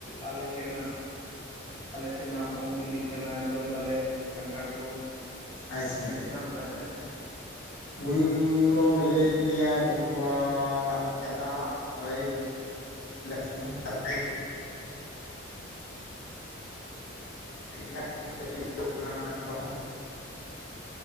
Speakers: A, on the left (about 20°); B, on the left (about 75°).
A: ᱟᱞᱮ ᱥᱮᱜ ᱢᱟ ᱟᱞᱮᱥᱮᱫ ᱢᱟ ᱦᱚᱜᱼᱚᱭ ᱵᱤᱞᱤᱜ ᱠᱟᱱᱟ ᱡᱚᱢᱫᱟᱞᱮ ᱠᱟᱱᱴᱷᱟᱲ ᱠᱚ
B: ᱟᱪᱪᱷᱟ
A: ᱟᱯᱮ ᱥᱮᱜ ᱵᱟᱝ ᱚᱠᱟᱞᱮᱠᱟ
B: ᱩᱞ ᱠᱚ ᱵᱤᱞᱤᱭᱮᱱ ᱜᱮᱭᱟ ᱩᱞ ᱠᱚ ᱟᱡ ᱫᱚ ᱦᱟᱸᱜ ᱳᱭ <inaudible> ᱢᱮᱱᱟᱜ ᱜᱮᱭᱟ <inaudible>